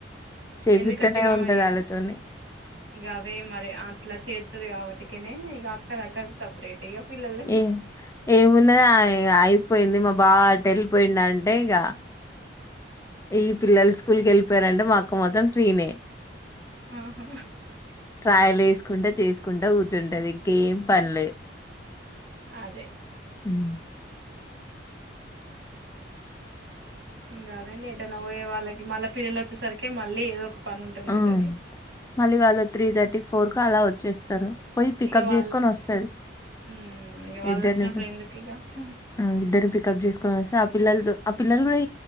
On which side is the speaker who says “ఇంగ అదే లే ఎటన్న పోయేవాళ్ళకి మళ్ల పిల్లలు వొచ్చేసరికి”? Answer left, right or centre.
Right